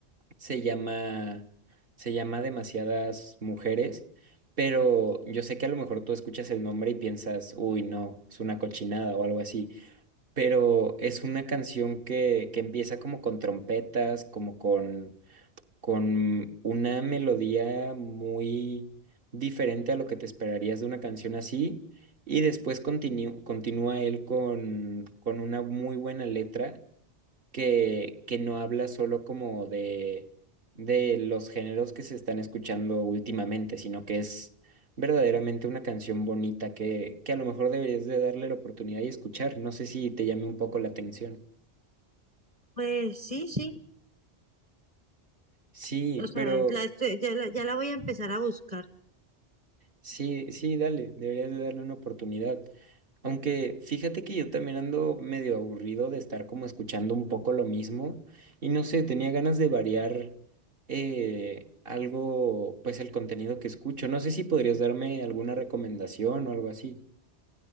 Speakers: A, on the right; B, on the right.
A: se llama, se llama Demasiadas Mujeres, pero yo sé que a lo mejor tú escuchas el nombre y piensas, uy, no, es una cochinada o algo así pero es una canción que, que empieza como con trompetas, como con, con una melodía muy diferente a lo que te esperarías de una canción así, y después continu- continúa él con, con una muy buena letra que, que no habla solo como de, de los géneros que se están escuchando últimamente, sino que es verdaderamente una canción bonita que, que a lo mejor deberías de darle la oportunidad y escuchar. No sé si te llame un poco la atención.
B: Pues sí, sí,
A: Sí,
B: o sea,
A: pero...
B: la estoy- ya, la, ya la voy a empezar a buscar.
A: Sí, sí, dale, deberías de darle una oportunidad. Aunque fíjate que yo también ando medio aburrido de estar como escuchando un poco lo mismo y no sé, tenía ganas de variar eh, algo, pues el contenido que escucho. No sé si podrías darme alguna recomendación o algo así.